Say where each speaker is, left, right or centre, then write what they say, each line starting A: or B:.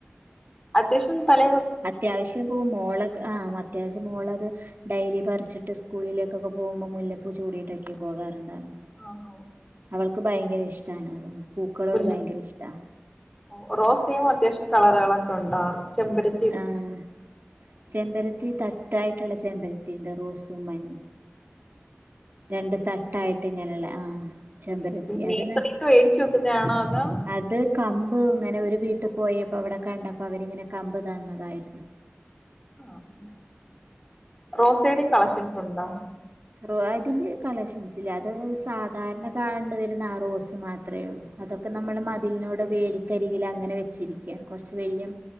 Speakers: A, on the left (about 15°); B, on the right (about 55°).
A: അത്യാഷം തല
B: അത്യാവശ്യം ഇ പോ മോളെ ആഹ് അത്യാവശ്യം മോളത് ഡെലി പറിച്ചിട്ട് സ്കൂളിലേക്കൊക്കെ പോകുമ്പോൾ മുല്ലപ്പൂ ചൂടിട്ടൊക്കെ പോകാറുണ്ടായിരുന്നു
A: ആഹ് <unintelligible>
B: അവൾക്ക് ഭയങ്കര ഇഷ്ടാണ് അത് പൂക്കളോട്
A: മുല്ല
B: ഭയങ്കര ഇഷ്ടാ
A: ഓ റോസയും അത്യാവശ്യം കളറുകളൊക്കെ ഉണ്ടാവും ചെമ്പരത്തി
B: ആഹ് ചെമ്പരത്തി തട്ടായിട്ടുള്ള ചെമ്പരത്തി ഉണ്ട് റോസും മഞ്ഞ രണ്ടു തട്ടായിട്ട് ഇങ്ങനല്ല ആഹ് ചെമ്പരത്തി
A: നസറക്ക്
B: അത് ന
A: മേടച്ച് വെക്കുന്നത ആണോ അതോ
B: അത് കമ്പ് ഇങ്ങനെ ഒരു വീട്ടിൽ പോയപ്പോ അവിടെ കണ്ടപ്പോ അവരിങ്ങനെ കമ്പ് തന്നതായിരുന്നു
A: ആഹ് റോസൈഡയും കളക്ഷൻസ് ഉണ്ടാ
B: റോ അതിന്റെ കളക്ഷൻസ്ല്ല അത് സാധാരണ കണ്ട് വരുന്ന ആഹ് റോസ് മാത്രം അത്രയേ ഉള്ളൂ അതൊക്കെ നമ്മൾ മതിലിനോട് വേൽക്കരികൽ അങ്ങനെ വെച്ചിരിക്കുകയാണ് കുറച്ച് വല്യയ